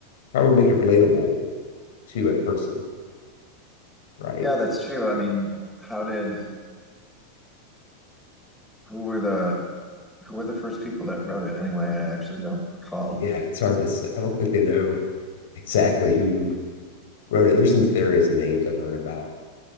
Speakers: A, on the left (about 75°); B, in the centre.
A: probably make it relatable to a person, right?
B: yeah, that's true. I mean, how did who were the who were the first people that wrote it anyway? I actually don't recall.
A: Yeah, it's hard to say. I don't think they know exactly who wrote it. There's some theories and names I've heard about